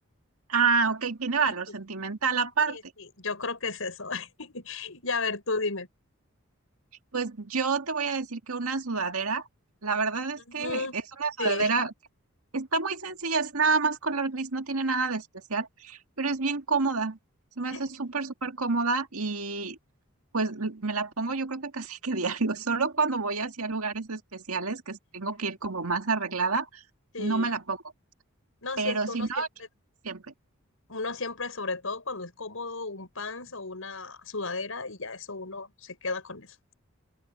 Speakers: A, on the right; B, on the left.
A: Ah, ok, tiene valor
B: ¿Y tú?
A: sentimental aparte.
B: Sí, sí, yo creo que es eso. <laughs> Y a ver, tú dime.
A: Pues yo te voy a decir que una sudadera, la verdad es
B: Mm,
A: que es una
B: sí.
A: sudadera, está muy sencilla, es nada más color gris, no tiene nada de especial, pero es bien cómoda, se me
B: <laughs>
A: hace súper, súper cómoda y pues l- me la pongo yo creo que casi que diario, <laughs> solo cuando voy hacia lugares especiales que tengo que ir como más arreglada,
B: Sí,
A: no me la pongo,
B: no,
A: pero
B: sí, es que
A: si
B: uno
A: no,
B: siempre,
A: siempre.
B: uno siempre, sobre todo cuando es cómodo, un pants o una sudadera y ya eso uno se queda con eso.